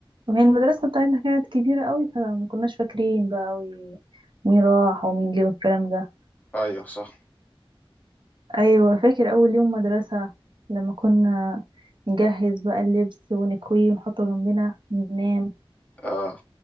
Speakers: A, on the right; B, on the left.
A: وهي المدرسه بتاعتنا كانت كبيره قوي فما كناش فاكرين بقى قوي مين راح ومين جه والكلام ده
B: ايوه صح
A: ايوه فاكر اول يوم مدرسة لما كنا نجهز بقى اللبس ونكويه ونحطه جنبنا وننام
B: اه